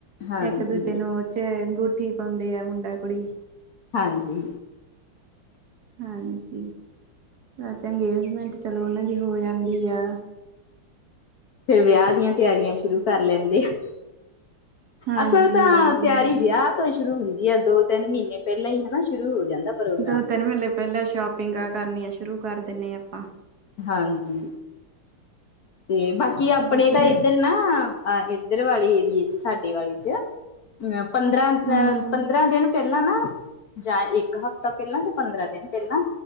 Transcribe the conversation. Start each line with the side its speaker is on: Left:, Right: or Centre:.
Left: ਹਾਂਜੀ
Right: ਇੱਕ ਦੂਜੇ ਨੂੰ ਚੈਨ, ਅੰਗੂਠੀ ਪਾਉਂਦੇ ਆ ਮੁੰਡਾ-ਕੁੜੀ।
Left: ਹਾਂਜੀ।
Right: ਹਾਂਜੀ। ਫਿਰ ਤਾ ਅੰਗੇਜਮੈਂਟ ਚਲੋ ਉਹਨਾਂ ਦੀ ਹੋ ਜਾਂਦੀ ਆ।
Left: ਫੇਰ ਵਿਆਹ ਦੀਆਂ ਤਿਆਰੀਆਂ ਸ਼ੁਰੂ ਕਰ ਲੈਂਦੇ ਆ।
Right: ਹਾਂਜੀ
Left: ਅਸਲ ਤਾਂ
Right: ਹਾਂਜੀ
Left: ਤਿਆਰੀ
Right: ਹਾਂ
Left: ਵਿਆ ਤੋਂ ਸ਼ੁਰੂ ਹੁੰਦੀ ਆ ਦੋ-ਤਿੰਨ ਮਹੀਨੇ ਪਹਿਲਾਂ ਹੀ ਹੈਨਾ ਸ਼ੁਰੂ ਹੋ ਜਾਂਦਾ। ਪ੍ਰੋਗਰਾਮ
Right: ਦੋ-ਤਿੰਨ ਮਹੀਨੇ ਪਹਿਲਾਂ ਸ਼ੋਪਿੰਗ ਕਰਨੀਆਂ ਸ਼ੁਰੂ ਕਰ ਦਿੰਦੇ ਹਾਂ ਆਪਾਂ।
Left: ਹਾਂਜੀ। ਤੇ ਬਾਕੀ ਆਪਣੇ
Right: ਬੁਕਿੰਗ
Left: ਤਾਂ ਇੱਧਰ ਨਾ ਇੱਧਰ ਵਾਲੇ ਏਰੀਏ ਚ ਸਾਡੇ ਵਾਲੇ ਚ ਅ ਪੰਦਰਾਂ ਅਹ
Right: ਹੂੰ
Left: ਪੰਦਰਾਂ ਦਿਨ ਪਹਿਲਾਂ ਨਾ ਜਾਂ ਇੱਕ ਹਫ਼ਤਾ ਪਹਿਲਾਂ ਜਾਂ ਪੰਦਰਾਂ ਦਿਨ ਪਹਿਲਾਂ